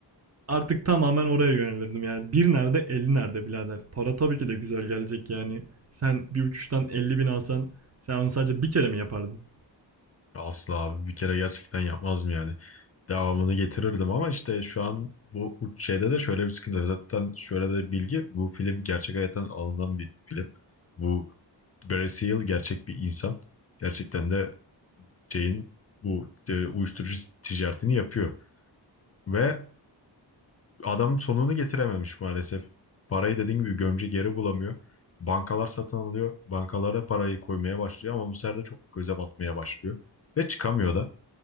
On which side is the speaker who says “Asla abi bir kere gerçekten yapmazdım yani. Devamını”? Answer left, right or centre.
Left